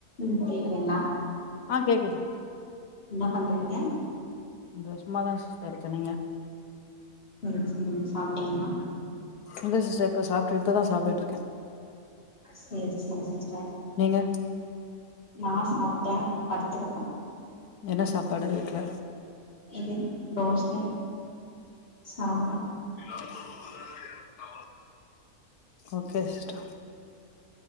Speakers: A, on the left (about 40°); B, on the left (about 80°).
A: ம் கேக்குதிங்களா
B: ஆ கேக்குது
A: என்னா பண்றீங்க
B: சந்தோஷமா தா சிஸ்டர் இருக்கே நீங்க
A: ம் சேர் சாப்டிங்ளா
B: இல்ல சிஸ்டர் இப்ப சாப்ட்டு இப்பதா சாப்டுட்
A: சேரி சேரி சிஸ்டர்
B: நீங்க
A: நா சாப்ட்டே படுத்துருக்கே
B: என்ன சாப்பாடு வீட்ல
A: இதின் தோசை சாம்பார்
B: த <inaudible> ஆ ஓகே சிஸ்டர்